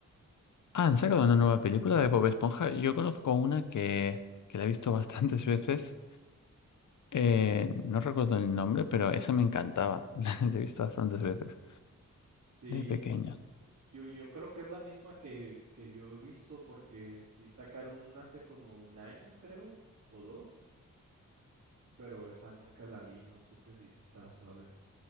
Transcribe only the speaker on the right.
Sí,
Yo, yo creo que es la misma que, que yo he visto porque sí sacaron una hace como un año, creo, o dos, pero esa nunca la vi, no supe si sí estaba suave.